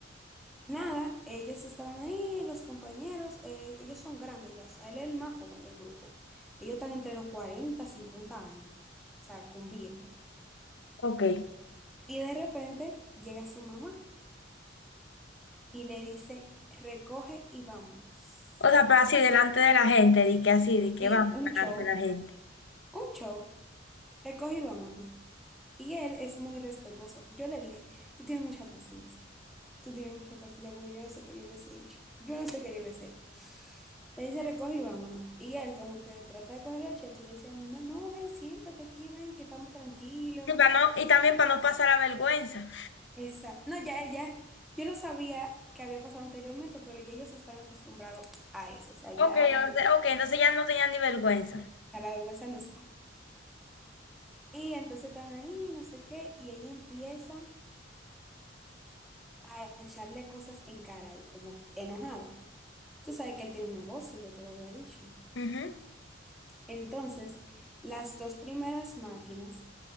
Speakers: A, in the centre; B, on the left (about 70°).
A: Nada, ellos estaban ahí, los compañeros, eh, ellos son grandes ya, o sea, él es el más joven del grupo. Ellos están entre los 40 50 años, o sea, con viejo.
B: Ok.
A: Y de repente llega su mamá y le dice, recoge y vamos.
B: O sea, pero así delante de la gente, di que así, di que
A: Sí,
B: vamos
A: un
B: delante
A: show,
B: de la gente.
A: un show, recoge y vámonos. Y él es muy respetuoso. Yo le dije, tú tienes mucha paciencia. Tú tienes mucha paciencia porque yo no sé qué yo hubiese hecho. Yo no sé qué yo hubiese hecho. Le dice, recoge y vámonos. Y él como que trata de coger los chelches y le dice, "Ma- no, ven, siéntate aquí, ven, que estamos tranquilos.
B: Y, para no, y también para no pasar la vergüenza.
A: Esa. No, ya, ya, yo no sabía que había pasado anteriormente, pero ya ellos están acostumbrados a eso. O sea, ya
B: Ok,
A: la,
B: o sea, ok, entonces ya no tenía ni vergüenza.
A: ya la vergüenza no está. Y entonces están ahí, no sé qué, y ella empieza a echarle cosas en cara y como enojada. Tú sabes que él tiene un negocio, yo te lo había dicho.
B: Ujú.
A: Entonces, las dos primeras máquinas